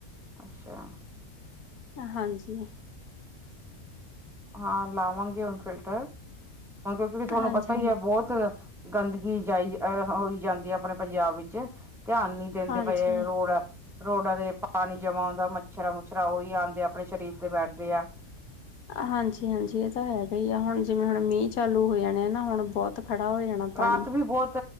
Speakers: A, in the centre; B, on the left (about 80°).
A: ਅੱਛਾ
B: ਹਾਂਜੀ।
A: ਹਾਂ, ਲਾਵਾਂਗੇ ਹੁਣ ਫਿਲਟਰ ਹੁਣ, ਕਿਉਂਕਿ ਵੀ ਤੁਹਾਨੂੰ
B: ਹਾਂਜੀ
A: ਪਤਾ ਹੀ
B: ਹਾਂਜੀ
A: ਹੈ ਬਹੁਤ ਗੰਦਗੀ ਜਾਈ, ਅ-ਹ-ਹੋਈ ਜਾਂਦੀ ਹੈ, ਆਪਣੇ ਪੰਜਾਬ ਵਿੱਚ। ਧਿਆਨ ਨੀ ਦਿੰਦੇ,
B: ਹਾਂਜੀ
A: ਪਏ ਰੋਡ ਹੈ। ਰੋਡਾਂ ਤੇ ਪਾਣੀ ਜਮਾ ਹੁੰਦਾ, ਮੱਛਰਾਂ-ਮੁੱਛਰਾਂ ਉਹੀ ਆਉਂਦੇ ਆ, ਆਪਣੇ ਸਰੀਰ ਤੇ ਬੈਠਦੇ ਆ।
B: ਹਾਂਜੀ-ਹਾਂਜੀ, ਇਹ ਤਾਂ ਹੈਗਾ ਹੀ ਆ, ਹੁਣ ਜਿਵੇਂ ਹੁਣ ਮੀਂਹ ਚਾਲੂ ਹੋ ਜਾਣੇ ਆ ਨਾ, ਹੁਣ ਬਹੁਤ ਖੜਾ ਹੋ ਜਾਣਾ ਪਾਣੀ
A: ਰਾਤ ਵੀ ਬਹੁਤ,